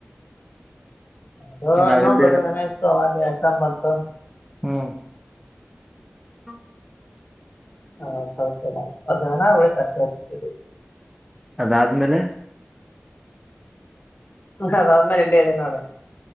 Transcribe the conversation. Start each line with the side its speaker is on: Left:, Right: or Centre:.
Left: ಅದ
Centre: ನಾವಿಲ್ದೇ
Left: ಇನ್ನೊಂದು ಅದು
Centre: ಇರ
Left: ನ ಹಾಗ ಸ ಬತ
Centre: ಹ್ಮ <unintelligible> ಹ್ಮ <unintelligible>
Left: ಹಾ ಸೌಲ್ಪನಾ ಅವಳಿ ಕಷ್ಟ ಆಗ್ತದೆ
Centre: ಅದಾದ ಮೇಲೆ
Left: ಹ ಅದಾದ ಮೇಲೆ ಇಲ್ಲ ಇದೋಡೆ